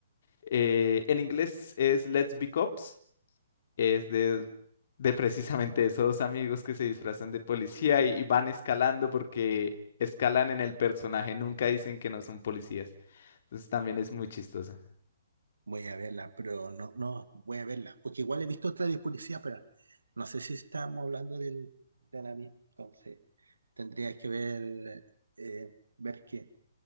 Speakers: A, on the left (about 50°); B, on the right (about 75°).
A: eh, en inglés es Let's Be Cops, es de, de precisamente esos dos amigos que se disfrazan de policía y, y van escalando porque escalan en el personaje, nunca dicen que no son policías. Entonces también es muy chistosa.
B: Voy a verla, pero no, no, voy a verla, porque igual he visto otra de policía, pero no sé si estamos hablando del, de la misma, entonces tendría que ver, eh, ver qué